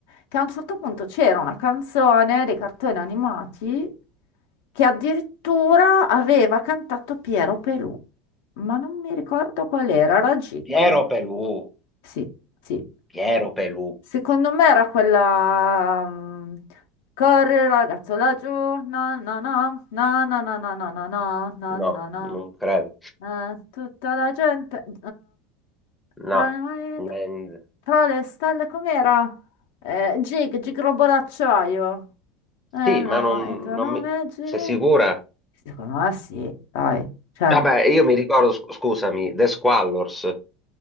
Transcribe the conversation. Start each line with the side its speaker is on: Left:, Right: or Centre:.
Left: che a un certo punto c'era una canzone dei cartoni animati che addirittura aveva cantato Piero Pelù, ma non mi ricordo qual era, era Jig.
Centre: Piero Pelù,
Left: Sì, sì.
Centre: Piero Pelù.
Left: Secondo me era quella... mm, Corri ragazzo laggiù, na na na, na na na na na na na na
Centre: No,
Left: na
Centre: non credo.
Left: na. Eh, tutta la gente... eh, tra
Centre: No.
Left: le mani-
Centre: Nen-
Left: tra le stelle com'era? Eh, Gig, Gig Robot d'acciaio. Eh
Centre: Sì,
Left: no,
Centre: ma non,
Left: il tuo
Centre: non
Left: nome
Centre: mi...
Left: è Gig?
Centre: Sei sicura?
Left: Secondo me sì, dai. Cioè,
Centre: Vabbè, io mi ricordo, sc- scusami, The Squallors.